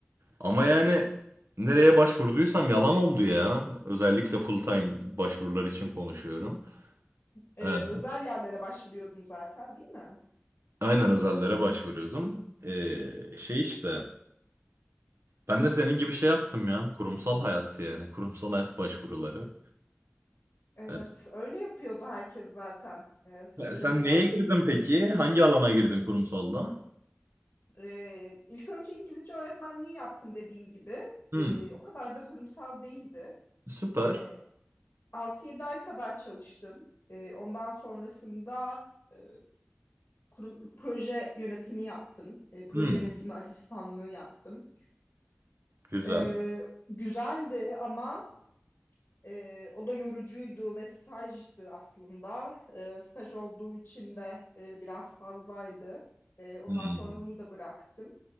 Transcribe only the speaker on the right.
Ama yani nereye başvurduysam yalan oldu ya. Özellikle full time başvurular için konuşuyorum.
Ee,
Aynen özellere başvuruyordum. Ee, şey işte ben de senin gibi şey yaptım ya kurumsal hayat yani kurumsal hayat başvuruları.
Ee,
sen sen
neye girdin peki? Hangi alana girdin kurumsalda?
Hmm,
süper.
Hmm,
güzel.
Hmm,